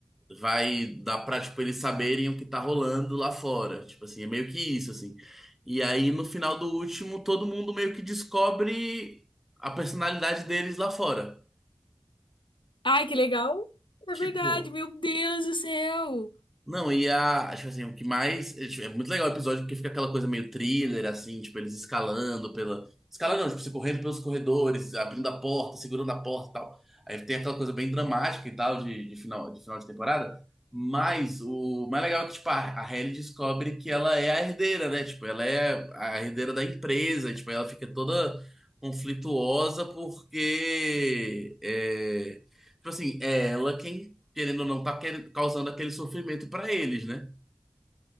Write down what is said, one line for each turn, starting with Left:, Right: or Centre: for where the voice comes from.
Centre: vai dar pra, tipo, eles saberem o que tá rolando lá fora. Tipo assim, é meio que isso, assim. E aí, no final do último, todo mundo meio que descobre a personalidade deles lá fora.
Left: Ai, que legal! É
Centre: Tipo,
Left: verdade, meu Deus do céu!
Centre: Não, e a. Tipo assim, o que mais. É tipo, é muito legal o episódio porque fica aquela coisa meio thriller, assim, tipo, eles escalando pela. Escalando, não, tipo, se correndo pelos corredores, abrindo a porta, segurando a porta e tal. Aí tem aquela coisa bem dramática e tal de, de final, de final de temporada. Mas o mais legal é que, tipo, a, a Hailey descobre que ela é a herdeira, né? Tipo, ela é a herdeira da empresa, e, tipo, ela fica toda conflituosa porque. É... Tipo assim, é ela quem querendo ou não, tá querendo- causando aquele sofrimento pra eles, né?